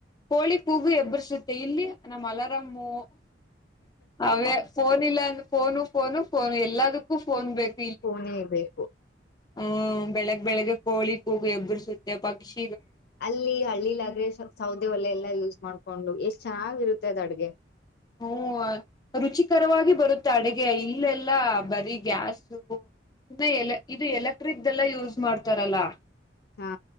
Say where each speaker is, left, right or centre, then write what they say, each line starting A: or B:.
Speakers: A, on the left; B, on the left.
A: ಕೊಳಿ ಕೂಗಿ ಎಬ್ಬುರ್ಸುತ್ತೆ ಇಲ್ಲಿ ನಮ್ ಅಲರಾಮು. ಅವೇ ಫೋನ್ ಇಲ್ಲ ಅಂ ಫೋನು ಫೋನು ಫೋನು ಎಲ್ಲದುಕ್ಕೂ ಫೋನ್ ಬೇಕ್
B: ಫೋನೇ ಬೇಕು.
A: ಹ್ಮ್ ಬೆಳಗ್ ಬೆಳಗ್ಗೆ ಕೋಳಿ ಕೂಗಿ ಎಬ್ ಗುಡ್ಸಿದ್ದೆ ಪಕ್ಷ್
B: ಅಲ್ಲಿ ಹಳ್ಳಿಲ್ ಆದ್ರೆ ಸೌದೆ ಒಲೆ ಎಲ್ಲಾ ಯೂಸ್ ಮಾಡ್ ಕೊಂಡು ಎಷ್ಟ್ ಚೆನ್ನಾಗಿರುತ್ತೆ ಅದ್ ಅಡ್ಗೆ.
A: ಹ್ಮ ರುಚಿಕರವಾಗಿ ಬರುತ್ತೆ ಅಡ್ಗೆ ಇಲ್ಲೆಲ್ಲ ಬರೀ ಗ್ಯಾಸು ಇನ್ನ ಎಲೆ ಇದು ಎಲೆಕ್ಟ್ರಿಕ್ದೆಲ್ಲ ಯೂಸ್ ಮಾಡ್ತಾರಲ್ಲ.
B: ಹಾ